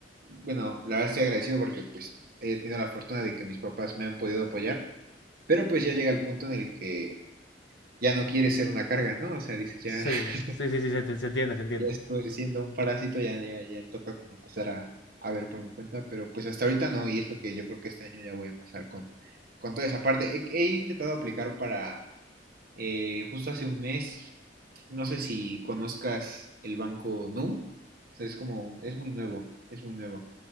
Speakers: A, on the right; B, on the left.
A: bueno, la verdad estoy agradecido porque pues he tenido la fortuna de que mis papás me han podido apoyar, pero pues ya llega el punto en el que ya no quieres ser una carga, ¿no? O sea, dices, ya,
B: Sí,
A: <laughs>
B: sí, sí, sí, se, te- se entiende, se entiende.
A: ya estoy siendo un parásito, ya, ya, ya toca como empezar a, a ver por mi cuenta, pero pues hasta ahorita no, y es lo que yo creo que este año ya voy a empezar con, con toda esa parte. He, he intentado aplicar para, eh, justo hace un mes, no sé si conozcas el banco Nu, o sea, es como, un- es muy nuevo, es muy nuevo.